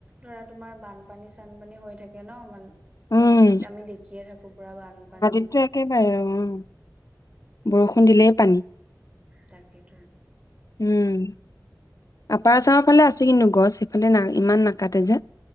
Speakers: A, on the right (about 20°); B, on the left (about 55°).
A: ধৰা তোমাৰ বানপানী চানপানী হৈ থাকে ন? মান
B: উম,
A: গুৱাহাটীত আমি দেখিয়ে থাকোঁ পুৰা বানপানী।
B: <unintelligible> উম। বৰষুণ দিলেই পানী
A: তাকেটো
B: উম। আপাৰ আচামৰ ফালে আছে কিনো গছ সিফালে না ইমান নাকাটে যে